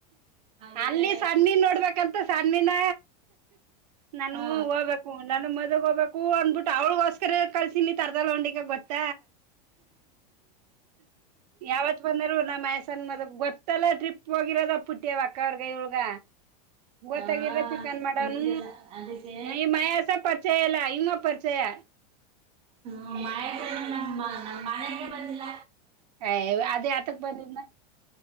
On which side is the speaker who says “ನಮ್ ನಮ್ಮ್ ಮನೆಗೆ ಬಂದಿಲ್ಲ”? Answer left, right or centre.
Right